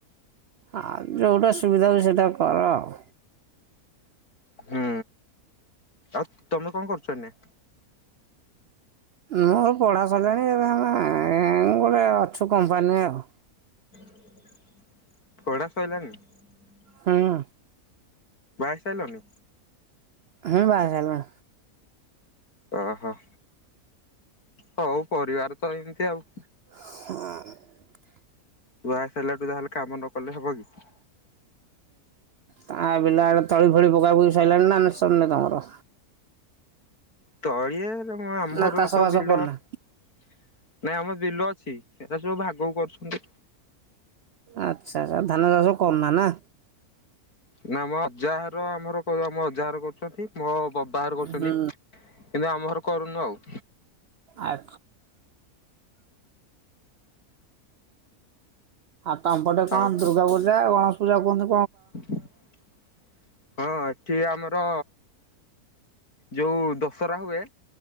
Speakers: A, on the right; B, on the left.
A: ଆଉ ଯୋଉଟା ସୁବିଧା ହବ ସେଇଟା କର ଆଉ।
B: ହୁଁ ଆଉ ତମେ କଣ କରୁଛ ଏଇନେ?
A: ମୋର ପଢ଼ା ସାରିଲାଣି ଏବେ ଆମେ ଗୋଟେ ଅଛୁ କମ୍ପାନୀରେ ଆଉ।
B: <inaudible>
A: ହୁଁ।
B: ବାହା ହେଇ ସାରିଲଣି?
A: ହୁଁ ବାହା ହେଲିଣି।
B: ଆ ହ। ହଉ ପରିବାର ତ ଏମିତି ଆଉ।
A: ହୁଁ।
B: ବାହାହେଇ ସାରିଲେ ତ ଯାହେଲେ କାମ ନ କଲେ ହବ କି?
A: ତା ବିଲ ଆଡେ ତଳି ଫଳି ପକା ପକି ସାଇଲାଣି ନା ନା ସରିନି ତମର?
B: ତଳି ଇ ଆମର
A: ନା ଚାଷ
B: ତ
A: ବାସ
B: ବିଲ
A: କରୁନା
B: ନାଇଁ ଆମ ବିଲ ଛି ସେରା ସବୁ ଭାଗକୁ କରୁଛନ୍ତି।
A: ଆଚ୍ଛା ଧାନ ଚାଷ କରୁନ ନା?
B: ନା ମ ଅଜାଘର ଆମର ଆମ ଅଜା ଘର କରୁଛନ୍ତି ମୋ କ ବାହାର କରୁଛନ୍ତି,
A: ହୁଁ।
B: କିନ୍ତୁ ଆମ ଘର କରୁନୁ ଆଉ
A: <unintelligible> ଆଉ ତମପଟେ କଣ
B: ଆଉ
A: ଦୁର୍ଗା ପୂଜା, ଗଣେଶ ପୂଜା କୁହନ୍ତୁ
B: ହଁ, ଏଠି ଆମର ଯୋଉ ଦଶହରା ହୁଏ